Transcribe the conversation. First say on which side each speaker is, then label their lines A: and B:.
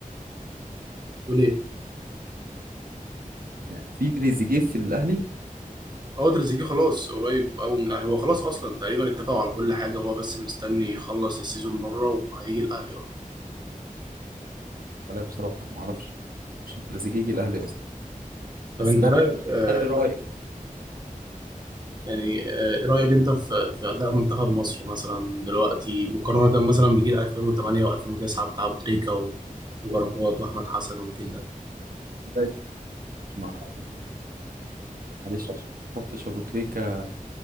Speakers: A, on the right; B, on the right.
A: تقول ايه
B: يعني في تريزيجيه في الاهلي
A: اه تريزيجيه خلاص قريب قوي من الاهلي هو خلاص اصلا تقريبا اتفقوا على كل حاجه هو بس مستني يخلص السيزون بره وهيجي الاهلي اه
B: لا بصراحة أنا ما أعرفش عشان تريزيجيه الأهلي أصلا
A: طب
B: بس
A: انت
B: أنا
A: رايك
B: عارف
A: آه،
B: فرق رأي
A: يعني آه، ايه رأيك انت في في اداء منتخب مصر مثلا دلوقتي مقارنة مثلا بجيل 2008 و2009 بتاع ابو تريكة وبركات واحمد حسن والجيل ده
B: معلش مع <laughs> معلش ما أحطش أبو تريكة